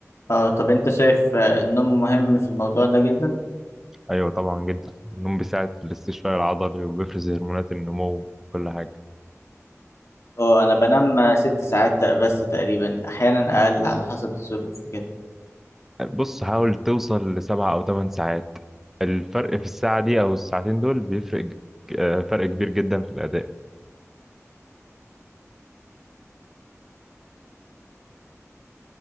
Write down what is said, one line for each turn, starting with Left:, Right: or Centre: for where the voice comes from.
Left: اه طب انت شايف آه، النوم مهم في الموضوع ده جدا
Centre: ايوه طبعا جدا النوم بيساعد في الاستشفاء العضلي وبيفرز هرمونات النمو وكل حاجه
Left: اه انا بنام ست ساعات تق- بس تقريبا احيانا اقل على حسب الظروف كده
Centre: بص حاول توصل لسبع او ثمان ساعات الفرق في الساعه دي او الساعتين دول بيفرق ج- آه، فرق كبير جدا في الاداء